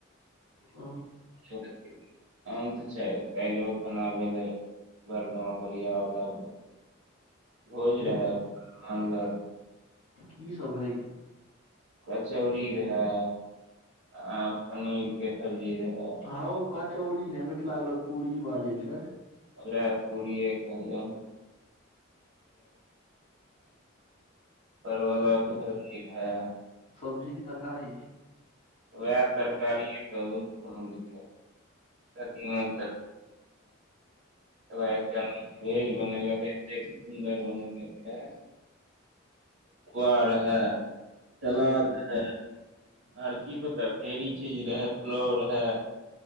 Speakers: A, on the left (about 30°); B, on the right (about 70°).
A: आ
B: हो <unintelligible> आम तऽ छै काल्लो खना भेले बड़गाँव बलिया वला <unintelligible> भोज
A: ह
B: रहैै धन घर
A: की सब रहै यौ
B: कचौड़ी रहे आ पनीर के सब्जी रहे
A: हौ कचौड़ी नहि लागलक पूड़री बाजै छै
B: ओ पूरी पनीर परवला है
A: सब्जी की तरकारी
B: वैह तरकारी कहु प्रतिम त त एकटा भेज बनलत सुन्दर बनल रहै आ रहै सलाद रहै आर
A: हम्म,
B: की बताब ढेरी चीज रहै प्लाव रहै